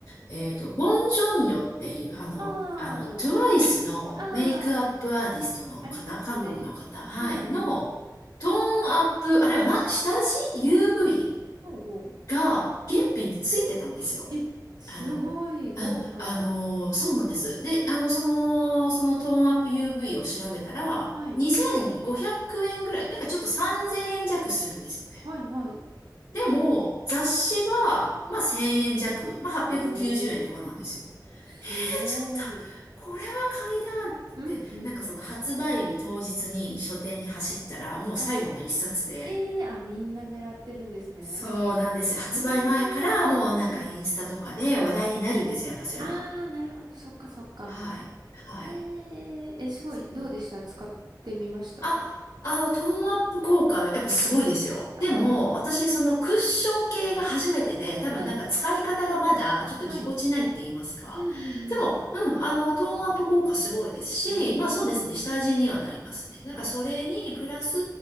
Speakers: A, on the left; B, on the right.
A: えっと、ウォン・ジョンヨっていう、あの、
B: ああ、
A: あの、TWICE のメイクアップアーティストの方、
B: ああ、ありますね。
A: 韓国の方、はい、
B: うんうん。
A: の、トーンアップ、あれはな、下地 ?UV
B: ほうほう。
A: が原品でついてたんですよ。
B: え、すごい豪華。
A: あの、あのーそうなんです。で、あの、その、そのトーンアップ UV を調べたら、
B: はい。
A: 2500円ぐらい、なんかちょっと3000円弱するんですよね。
B: はい、はい。
A: でも、雑誌は、まあ、1000円弱、まあ、890円とかなんですよ。
B: おー、すごい。
A: ちょっと、これは買いだって言って、
B: うん、うん。
A: なんかその発売日当日に書店に走ったら、もう最後の一冊で、
B: はいええーあ、みんな狙ってるんですね。
A: そうなんですよ。発売前からもうなんかインスタとかで話題になるんですよ。
B: わー。あ、
A: やっぱそういうの。
B: あー、なるほど、そっかそっか。
A: はい。はい。
B: えええ、すごい、
A: そう。
B: どうでした使ってみました
A: あ、あの、トーンアップ効果はやっぱすごいですよ。
B: うん。あ
A: でも、私、そのクッション系が初めてで、多分なんか使い方がまだちょっとぎこちないって言いますか。
B: あ、はい、はい。うんうんうん。
A: でも、うん、あの、トーンアップ効果すごいですし、
B: ええ
A: まあそうですね、下地にはなりますね。なんかそれに、
B: あ、
A: プラス、